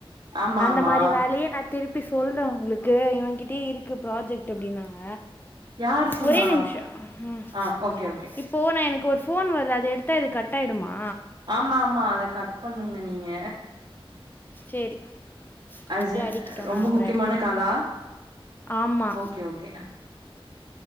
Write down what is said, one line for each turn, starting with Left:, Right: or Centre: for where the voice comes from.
Right: ஆமா
Left: அந்த
Right: ஆமா
Left: மாரி வேலையே கத் திருப்பி சொல்றே உங்களுக்கு இவ கிட்டயூ இருக்கு ப்ராஜெக்ட் அப்டின்னாங்க
Right: யாரு சொன்னா
Left: ஒரே நிம்ஷோ ஹ
Right: ஆ ஓகே ஓகே
Left: இப்போ நா எனக்கு ஒரு ஃபோன் வருது அது எடுத்தா இது கட் ஆயிடுமா
Right: ஆமாமாம்மா அத கட் பண்ணுங்க நீங்க
Left: சேரி
Right: அது
Left: அப்டே அடிக்கட்டு
Right: ரொம்ப
Left: நா அப்பறோ
Right: முக்கியமான
Left: எடுத்துக்
Right: காலா
Left: ஆமா
Right: ஓகே ஓகே